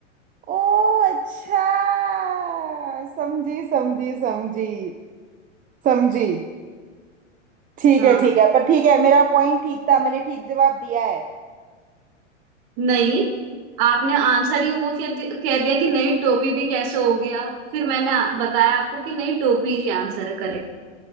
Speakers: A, on the right (about 20°); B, on the right (about 45°).
A: ओ अच्छा समझी समझी समझी समझी ठीक
B: हाँ
A: है ठीक है पर ठीक है मेरा पॉइंट ठीक था मैंने ठीक जवाब दिया है
B: नहीं आपने आंसर ही वो कह दि- कह दिया कि नई टोपी भी कैसे हो गया फिर मैंने आ- बताया आपको कि नई टोपी ही आंसर है करेक्ट